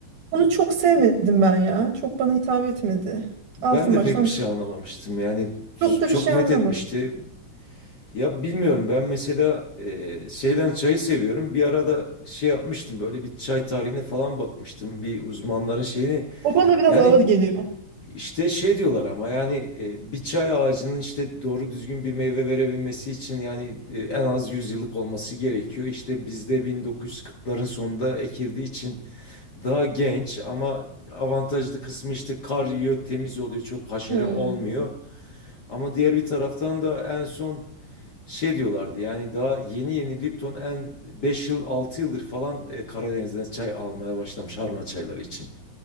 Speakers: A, on the right (about 80°); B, on the left (about 50°).
A: onu çok sevmedim ben ya. Çok bana hitap etmedi.
B: Ben
A: Altın
B: de
A: baştan
B: pek bir şey anlamamıştım. Yani
A: çok da
B: çok
A: bir şey
B: met
A: anlamadım.
B: etmişti. Ya bilmiyorum ben mesela e, Seylan çayı seviyorum. Bir arada şey yapmıştım böyle bir çay tarihine falan bakmıştım. Bir uzmanların şeyini
A: O bana biraz
B: yani
A: ağır geliyor.
B: işte şey diyorlar ama yani e, bir çay ağacının işte doğru düzgün bir meyve verebilmesi için yani e, en az 100 yıllık olması gerekiyor. İşte bizde 1940'ların sonunda ekildiği için daha genç ama avantajlı kısmı işte kar yiyor, temiz oluyor, çok haşere
A: Hmm.
B: olmuyor. Ama diğer bir taraftan da en son şey diyorlardı yani daha yeni yeni Lipton en 5 yıl 6 yıldır falan e, Karadeniz'den çay almaya başlamış harman çayları için.